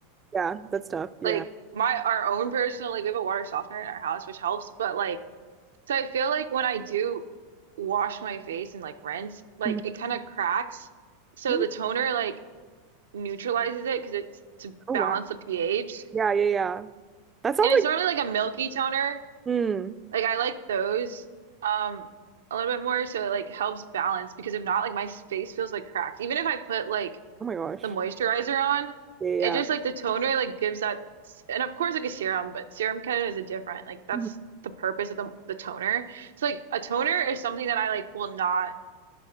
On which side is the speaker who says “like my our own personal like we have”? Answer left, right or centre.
Right